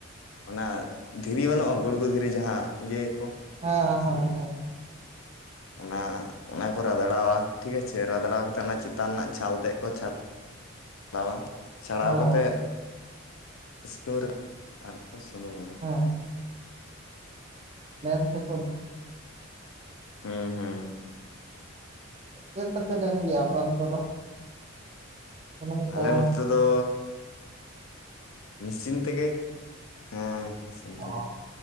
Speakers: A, on the left; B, on the right.
A: ᱚᱱᱟ ᱫᱷᱤᱨᱤ ᱵᱟᱹᱱᱩᱜᱼᱟ ᱜᱩᱲᱜᱩ ᱫᱷᱤᱨᱤ ᱡᱟᱦᱟᱸ ᱤᱭᱟᱹ ᱭᱟᱠᱚ᱾
B: ᱦᱮᱸ ᱦᱮᱸ ᱦᱮᱸ᱾
A: ᱚᱱᱟ ᱚᱱᱟ ᱠᱚ ᱨᱟᱫᱟᱲᱟᱣᱟ ᱴᱷᱤᱠ ᱟᱪᱷᱮ ᱨᱟᱫᱲᱟᱣ ᱠᱟᱛᱮ ᱚᱱᱟ ᱪᱮᱛᱟᱱ ᱨᱮᱱᱟᱜ ᱪᱷᱟᱞ ᱛᱮᱫ ᱠᱚ ᱪᱷᱟ ᱪᱷᱟᱲᱟᱣᱟ᱾ ᱪᱷᱟᱲᱟᱣ
B: ᱦᱮᱸ
A: ᱠᱟᱛᱮᱫ ᱥᱤᱛᱩᱝ ᱨᱮ ᱟᱨᱠᱚ ᱥᱩᱱᱩᱢᱟ᱾
B: ᱦᱮᱸ᱾ ᱢᱮᱱ ᱯᱷᱮᱠ
A: ᱦᱩᱸ ᱦᱩᱸ᱾
B: ᱪᱮᱫ ᱛᱮᱯᱮ ᱞᱮᱱ ᱜᱮᱭᱟ ᱚᱯᱮ ᱚᱱᱛᱮ ᱫᱚ᱾ ᱥᱩᱱᱩᱢ
A: ᱟᱞᱮ
B: ᱠᱚ
A: ᱱᱚᱛᱮ ᱫᱚ ᱢᱮᱥᱤᱱ ᱛᱮᱜᱮ᱾ ᱦᱮᱸ ᱢᱮᱥᱤᱱ ᱛᱮᱜᱮ᱾
B: ᱚ